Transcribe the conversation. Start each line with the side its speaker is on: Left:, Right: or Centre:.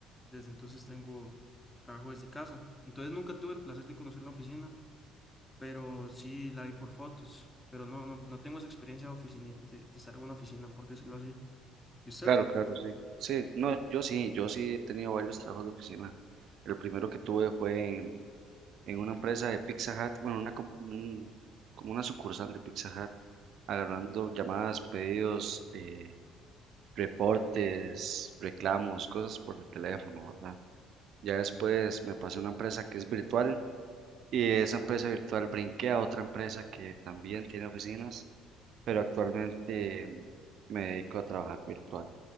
Left: desde entonces tengo trabajo desde casa. Entonces nunca tuve el placer de conocer la oficina, pero sí la vi por fotos, pero no, no, no tengo esa experiencia de, oficina de, de estar en una oficina, por decirlo así. ¿Y usted?
Right: Claro, claro, sí. Sí, no, yo sí, yo sí he tenido varios trabajos de oficina. El primero que tuve fue en, en una empresa de Pizza Hut, bueno, una, com- un- como una sucursal de Pizza Hut, agarrando llamadas, pedidos, eh, reportes, reclamos, cosas por el teléfono, ¿verdad? Ya después me pasé a una empresa que es virtual y de esa empresa virtual brinqué a otra empresa que también tiene oficinas, pero actualmente me dedico a trabajar virtual.